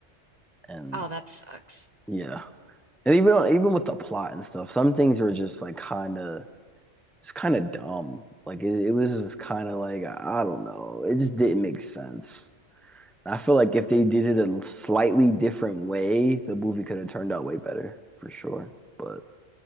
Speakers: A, in the centre; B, on the right.
A: And
B: oh, that sucks.
A: yeah, and even on, even with the plot and stuff, some things were just like kind of It's kind of dumb. Like it, it was kind of like I don't know. It just didn't make sense. I feel like if they did it a slightly different way, the movie could have turned out way better for sure. But